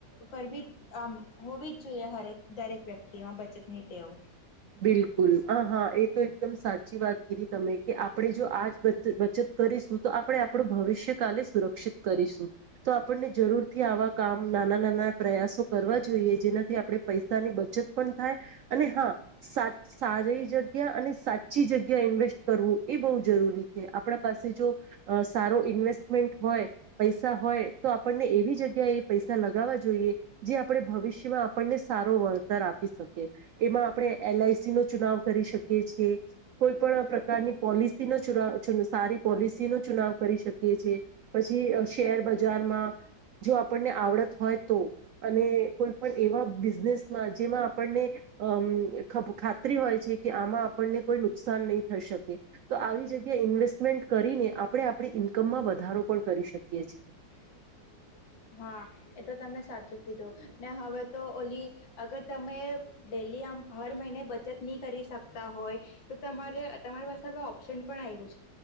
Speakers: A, on the left (about 80°); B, on the right (about 80°).
A: કરવી જ આમ હોવી જ જોઈએ હરેક દરેક વ્યક્તિમાં બચત ની ટેવ
B: બિલકુલ હ હા એ તો એકદમ સાચી વાત કીધી તમે કે આપણે જો આજ બચત કરીશું તો આપણે આપણું ભવિષ્ય કાલે સુરક્ષિત કરીશું તો આપણને જરૂર થી આવા કામ નાના નાના પ્રયાસો કરવા જોઈએ જેનાથી આપણે પૈસાની બચત પણ થાય અને હા સા ચસારી જગ્યા અને સાચી જગ્યા ઇન્વેસ્ટ કરવું એ બહુ જરૂરી છે આપણા પાસે તો ઇવેસ્ટમેન્ટ હોય પૈસા હોય તો આપને એવી જગ્યા પૈસા લગાવવા જોઈએ જે આપણે ભવિષ્યમાં આપણને સારો વળતર આપી શકી એમાં આપણે એલઆઈસી નો ચુનાવ કરી શકીએ છેએ કોઈ પણ પ્રકારની પોલિસી નો ચુ સારી પોલિસી નો ચુનાવ કરી શકી છે પછી શેર બજારમાં જો આપણને આવડત હોય તો અને કોઈ પણ એવા બિઝનેસમાં જેમાં આપણને અમ ખ ખાતરી હોય છે કે આમા આપણને કોઈ નુકસાન નહીં થઈ શકે તો આવી જગ્યાએ ઇન્વેસ્ટમેન્ટ કરીને આપણે આપણી ઈન્કમમા વધારો પણ કરી શકીએ છીએ
A: <inaudible> હા એ તો તમે સાચું કીધુ ને હવે તો ઓલી અગર તમે ડેલી હર મહિને બચત ની કરી શકતા હોય તો તમારે તમારી પાસે ઓપ્શન પણ આવ્યું છે